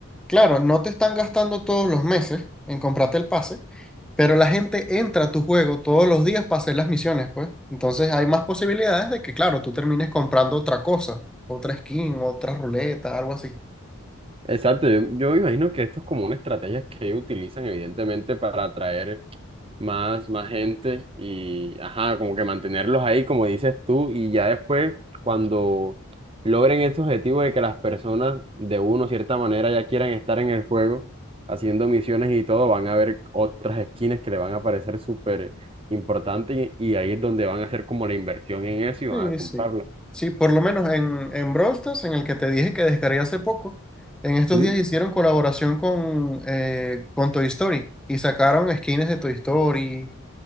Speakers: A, in the centre; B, on the right (about 25°).
A: claro, no te están gastando todos los meses en comprarte el pase, Pero la gente entra a tu juego todos los días para hacer las misiones, pues. Entonces hay más posibilidades de que, claro, tú termines comprando otra cosa, otra skin, otra ruleta, algo así.
B: Exacto, yo, yo me imagino que esto es como una estrategia que utilizan evidentemente para atraer más, más gente y, ajá, como que mantenerlos ahí, como dices tú, y ya después, cuando logren ese objetivo de que las personas de uno, cierta manera, ya quieran estar en el juego, haciendo misiones y todo, van a ver otras skins que le van a parecer súper importantes y, y ahí es donde van a hacer como la inversión en eso y van
A: Sí,
B: a comprarla.
A: sí. Sí, por lo menos en, en Brawl Stars, en el que te dije que descargué hace poco, en estos
B: Sí.
A: días hicieron colaboración con, eh, con Toy Story y sacaron skins de Toy Story.